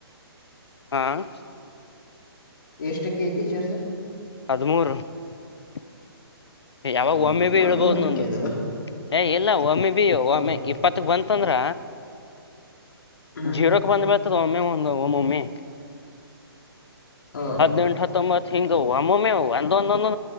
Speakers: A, on the left (about 85°); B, on the left (about 50°).
A: ಹಾ <inaudible>
B: ಎಷ್ಟಕ್ಕ ಐತಿ ಚರ್ಜಾ <inaudible>
A: ಹದ್ಮೂರು <inaudible> ಯಾವಾಗ
B: ಹಾ
A: ಒಮ್ಮೆ
B: ಇನ್ನೂ
A: ಬಿ ಇಳ್ಬೋದು
B: ಹದ್ಮೂರ್
A: ನಂದು
B: ಟಕ್ಕೆ ಐತಲ್ಲ
A: ಏ ಇಲ್ಲ ಒಮ್ಮೆ ಬಿ
B: ಹಾ
A: ಒಮ್ಮೆ ಇಪ್ಪತ್ತಕ್ ಬಂದ ಯಾಕಂದ್ರ
B: ಹ್ಮ್
A: ಜೀರೋಕ್ ಬಂದ ಮಳ್ ಹ ಒಮ್ಮೆ ಒಂದ ಮಮ್ಮೆ
B: ಹಾ
A: ಹತ್ತುಂಟ ಹತ್ತು <inaudible> ಹತ್ತೊಂಬತ್ ಹಿಂಗ್ಮ್ಮೊಮ್ಮೆ ಒಂದೊಂದೊ